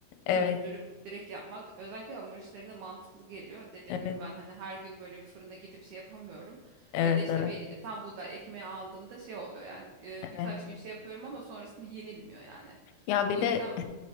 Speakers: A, on the left; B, on the right.
A: Evet,
B: çözdürüp direkt yapmak özellikle hamur işlerinde mantıklı geliyor. Dediğim
A: evet,
B: gibi ben hani her gün böyle bir fırına gidip şey yapamıyorum.
A: evet,
B: Ya da işte
A: evet,
B: bir e, tam buğday ekmeği aldığımda şey oluyor yani e, birkaç
A: evet.
B: gün şey yapıyorum ama sonrasında yenilmiyor yani.
A: Ya
B: O
A: bir de
B: yüzden